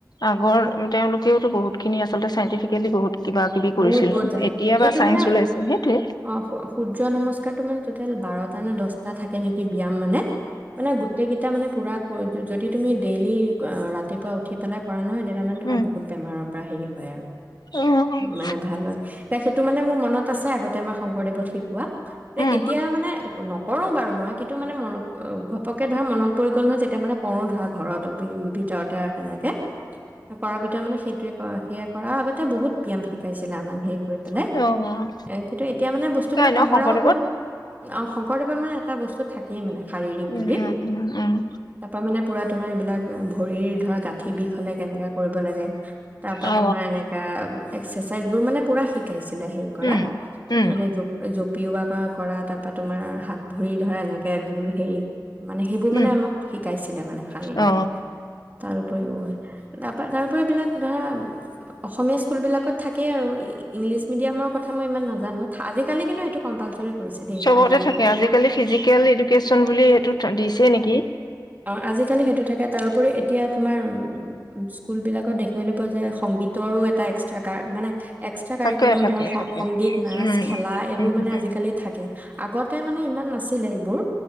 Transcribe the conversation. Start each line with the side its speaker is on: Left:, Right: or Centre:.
Left: আগৰ তেওঁলোকেওতো বহুতখিনি আচলতে চাইন্টিফিকেলি বহুত কিবা কিবি কৰিছিল
Right: বহুত বহুত
Left: ন
Right: জানে
Left: এতিয়া বা
Right: এইটো
Left: চাইন্স
Right: মানে
Left: ওলাইছে সেইটোৱে
Right: অ সূৰ্য নমস্কাৰটো মানে টেল বাৰটা নে দহটা থাকে নেকি ব্যায়াম মানে মানে গোটেই কেইটা মানে পুৰা যদি তুমি ডেইলি ৰাতিপুৱা উঠি পেলাই কৰা নহয় দটামান
Left: উম
Right: তোমাৰ বহুত বোৰৰ পৰা হেৰি হয় আৰু
Left: উম
Right: মানে ভালত এ সেইটো মানে মোৰ মনত আছে আগতে আমাৰ শংকৰদেৱত শিকোৱা
Left: উম
Right: এতিয়া মানে নকৰোঁ বাৰু মই কিন্তু মানে মন ঘপকে ধৰা মনত পৰি গ'ল নহয় যেতিয়া মানে কৰোঁ ধৰা ঘৰত ভিতৰতে আৰু তেনেকে কৰা ভিতৰত মানে সেইটোৱে কৰ সেয়া কৰাৰ আগতে বহুত ব্যাম শিকাইছিলে আমাক হেৰি কৰি বে
Left: উম
Right: এ কিন্তু এতিয়া মানে বস্তুবিলাক
Left: শিকাই ন
Right: পাহৰাও
Left: শংকৰদেৱত
Right: হ'ল অ শংকৰদেৱত মানে এটা বস্তু থাকেই মানে শাৰীৰিক
Left: উম
Right: বুলি
Left: উম উম উম
Right: তাৰ পৰা মানে পুৰা তোমাৰ এইবিলাক ভৰিৰ ধৰা গাঁঠি বিষ হলে কেনেকা কৰিব লাগে তাৰ পৰাা
Left: অ
Right: তোমাৰ এনেকাা এক্সাৰচাইজ বোৰ মানে পুৰা শিকাইছে স কৰা
Left: উম উম
Right: মানে পিওৱা কৰা তাৰপৰা তোমাৰ হাত ভৰি ধৰা এনেকৈ গোুৰ হেৰি মানে সেইবোৰ মানে
Left: উম
Right: আমাক শিকাইছিলে মানে শাৰীৰিক
Left: অ
Right: তাৰ তাৰাক ধ অসম স্কুলবিলাকত থাকেই আৰু ইংলিছ মিডিয়ামৰ কথা মই ইমান নাজানো আজিকালি কিন্তু সেইটো কম্পালচৰি কৰিছে দেই
Left: চবতে
Right: শাৰীৰিক
Left: থাকে আজিকালি ফিজিকেল এডুকেশ্যন বুলি সেইটো দিছে নেকি
Right: অঁ আজিকালি সেইটো থাকে তাৰোপৰি এতিয়া তোমাৰ স্কুলবিলাকত দেখিবলৈ পোৱা যায় সংগীতৰো এটা এক্স কাৰ মানে এক্সট্ৰা কাৰিকুলাম
Left: থাকে থাকে
Right: ধৰক
Left: থাকে
Right: সংগীত নাচ
Left: উম
Right: খেলা এইবোৰ
Left: উম
Right: মানে
Left: উম
Right: আজিকালি থাকে আগতে মানে ইমান নাছিলে এইবোৰ